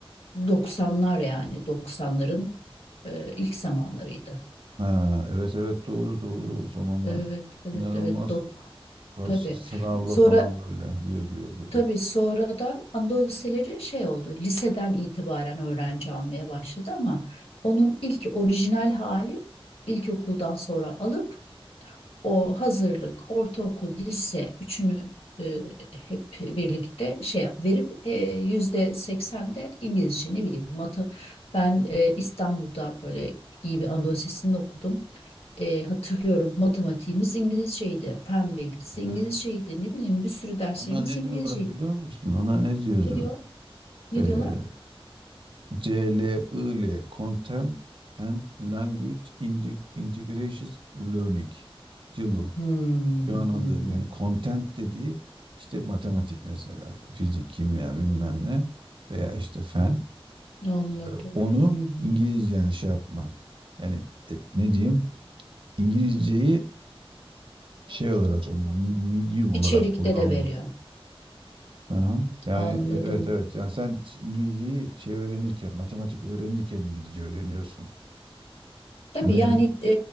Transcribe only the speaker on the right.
Ha, evet evet doğru doğru o zamanlar
inanılmaz
kas-
sınavla
falan böyle giriliyordu.
Ha,
ona ne
diyorlar biliyor musun? Ona ne diyorlar?
Ee,
CLIL Content and Language Indi- Integration Learning. CLIL.
Şu an adı
yani content dediği işte matematik mesela, fizik, kimya bilmem ne veya işte fen.
Ee, Onu
İngilizce yani şey yapma. Yani e, ne diyeyim? İngilizceyi şey olarak medium
olarak kullanma.
Aha. Yani
e, evet evet. Yani sen İngilizceyi şey öğrenirken, matematik öğrenirken İngilizce öğreniyorsun.
Bunu
en